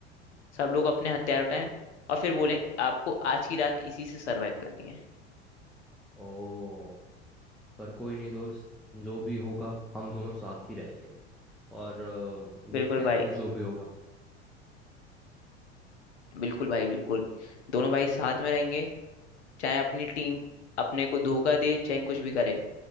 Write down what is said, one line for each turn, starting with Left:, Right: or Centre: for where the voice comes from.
Left: सब लोग अपने हथियार उठाएं और फिर बोलें आपको आज की रात इसी से सरवाइव करनी है
Centre: ओ पर कोई नहीं दोस्त जो भी होगा हम दोनों साथ ही रहेंगे और अ, देखते
Left: बिल्कुल
Centre: हैं
Left: भाई
Centre: फिर जो भी होगा
Left: बिल्कुल भाई बिल्कुल दोनों भाई साथ में रहेंगे चाहे अपनी टीम अपने को धोखा दे चाहे कुछ भी करे